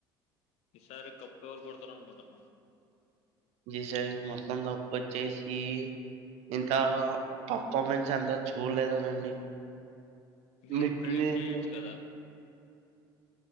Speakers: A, on the left (about 65°); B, on the right (about 65°).
A: ఈసారి కప్పెవరు కొడతారు అనుకోంటున్నవ్ న
B: ఈ సారి మొత్తం కప్పు వచ్చేసి ఇంత పప్పామెన్స్ ఎంత చూడలేదనండి
A: మీరు
B: మిడ్‌ఫీల్డ్‌లో
A: ప్రడెక్ట్ చేయొచ్చు కదా